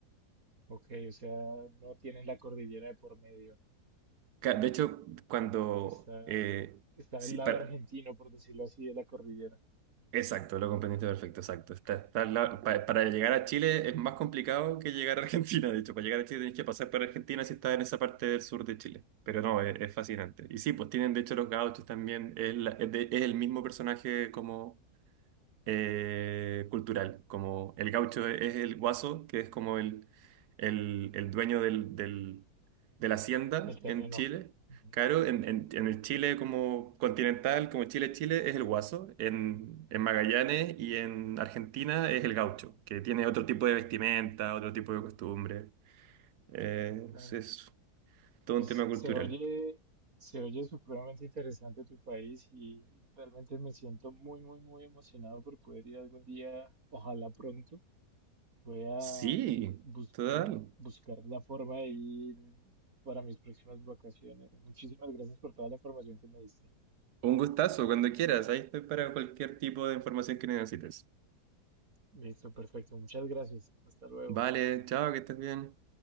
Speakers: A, on the right; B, on the right.
A: Ok, o sea, no tienen la cordillera de por medio.
B: Ca- De hecho, cuando...
A: Está,
B: eh,
A: está
B: sí,
A: del lado
B: para-
A: argentino, por decirlo así, de la cordillera,
B: Exacto, lo comprendiste perfecto, exacto. Está, está al lado- pa- para llegar a Chile es más complicado que llegar a Argentina, de hecho, para llegar a Chile tenés que pasar por Argentina si estás en esa parte del sur de Chile, pero no, es, es fascinante. Y sí, pues tienen de hecho los gauchos también, es, la- es de- es el mismo personaje como eh, cultural, como el gaucho es el guaso, que es como el, el, el dueño del, del- de la hacienda
A: del terreno.
B: en Chile.
A: Ujú,
B: Claro, en, en- en el Chile como continental, como Chile, Chile, es el guaso. En, en Magallanes y en Argentina es el gaucho, que tiene otro tipo de vestimenta, otro tipo de costumbre. Eh,
A: Sí, claro.
B: es es todo
A: Pues
B: un tema cultural.
A: se oye, se oye supremamente interesante tu país y realmente me siento muy, muy, muy emocionado por poder ir algún día, ojalá pronto. Voy a
B: Sí,
A: buscar,
B: total.
A: buscar la forma de ir para mis próximas vacaciones. Muchísimas gracias por toda la información que me diste.
B: Un gustazo, cuando quieras. Ahí estoy para cualquier tipo de información que necesites.
A: Listo, perfecto. Muchas gracias. Hasta luego.
B: Vale, chao, que estés bien.